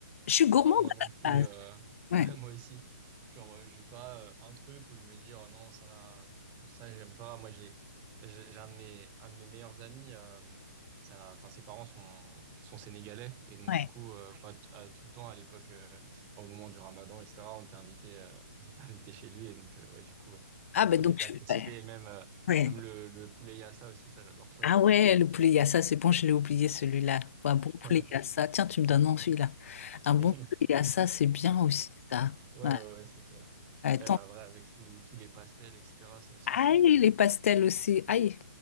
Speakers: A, on the left (about 50°); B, on the right (about 20°).
A: Je suis gourmande
B: Non, moi non plus.
A: à la base.
B: euh, <laughs>
A: Ouais,
B: Ouais, moi aussi. Genre, euh, j'ai pas euh, un truc où je me dis, oh non, ça, ça, j'aime pas. Moi, j'ai, j'ai j'ai un de mes, un de mes meilleurs amis. euh, ça, enfin, ses parents sont, sont sénégalais. Et donc,
A: ouais.
B: du coup, euh, pas t- à tout le temps, à l'époque, euh, au moment du ramadan, etc., on était invité, euh, <laughs> on était invité chez lui. Et donc, euh, ouais, du coup, euh,
A: Ah
B: tous tous
A: ben
B: les
A: donc,
B: plats
A: tu-
B: que cités,
A: ouais.
B: et même, euh,
A: ouais.
B: même le, le poulet yassa aussi, ça, j'adore ça.
A: Ah
B: C'était,
A: ouais, le poulet yassa, c'est bon, je l'ai oublié celui-là. Ouais,
B: <laughs>
A: Un bon poulet yassa, tiens, tu me donnes envie là. Un bon
B: Ouais,
A: poulet yassa, c'est bien aussi ça.
B: ouais,
A: Ouais.
B: ouais, c'est clair.
A: Euh,
B: Même après, avec tous tous les pastels, etc., ça aussi,
A: Aïe,
B: c'est,
A: les pastels aussi. Aïe.